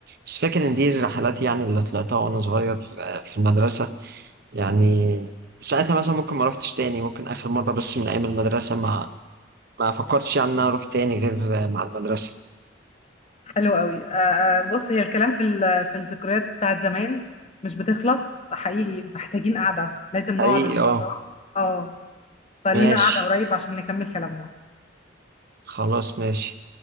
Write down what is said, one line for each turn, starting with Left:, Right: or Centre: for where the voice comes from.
Right: بس فاكر ان دي الرحلات يعني اللي طلعتها وانا صغير آه، في المدرسة يعني ساعتها مثلا ممكن ما روحتش تاني ممكن اخر مرة بس من ايام المدرسة ما ما فكرتش يعني ان انا اروح تاني غير آه، مع المدرسة
Left: حلو قوي آه، آه، بص هي الكلام في ال- في الذكريات بتاعت زمان مش بتخلص حقيقي محتاجين قعدة لازم نقعد
Right: حقيقي
Left: ان شاء
Right: اه
Left: الله اه فلينا
Right: ماشي
Left: قعدة قريب عشان نكمل كلامنا
Right: خلاص ماشي